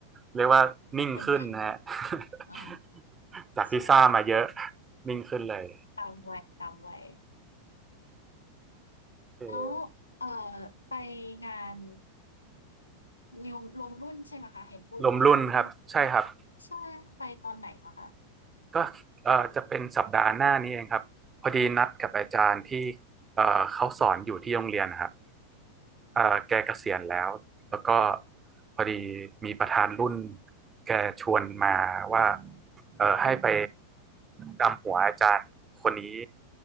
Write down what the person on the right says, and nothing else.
เรียกว่านิ่งขึ้นนะฮะ
<laughs>
จากที่ซ่ามาเยอะ
นิ่งขึ้นเลย
ลอ
รวมรุ่นครับใช่ครับ
ก็เอ่อจะเป็นสัปดาห์หน้านี้เองครับพอดีนัดกับอาจารย์ที่เอ่อเขาสอนอยู่ที่โรงเรียนนะครับเอ่อแกเกษียณแล้วแล้วก็พอดีมีประธานรุ่นแกชวนมาว่าเอ่อให้ไปดำหัวอาจารย์คนนี้